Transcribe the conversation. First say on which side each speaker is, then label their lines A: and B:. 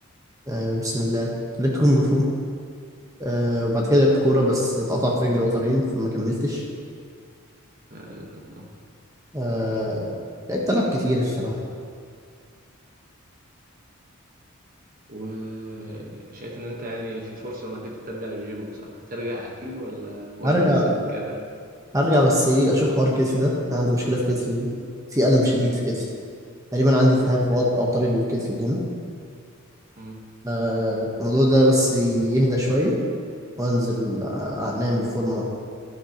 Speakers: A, on the right (about 15°); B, on the right (about 40°).
A: آه، بسم الله لعبت كونج فو آه وبعد كده لعبت كورة بس اتقطع في رجلي وترين فما كملتش
B: لا لا لا
A: آه لعبت ألعاب كتير الصراحة
B: وشايف إن أنت يعني في فرصة إنك أنت ترجع الجيم صح؟ هترجع أكيد ولا برضه
A: هرجع
B: لسه بتكابر؟
A: هرجع بس إيه أشوف حوار كتفي ده أنا عندي مشكلة في كتفي في ألم شديد في كتفي تقريبا عندي التهاب
B: مم.
A: في وط- أوتار الكتف اللي هنا
B: مم.
A: آه الموضوع ده بس يهدى شوية وأنزل آه، نعمل فورمة